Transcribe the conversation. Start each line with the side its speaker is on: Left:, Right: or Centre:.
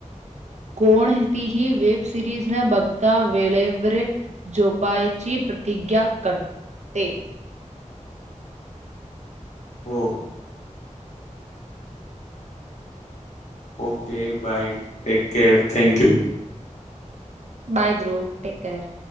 Right: कोणतीही वेबसिरीज न बघता वेळेवर झोपायची प्रतिज्ञा करते
Left: हो okay bye take care thank you
Right: bye bro take care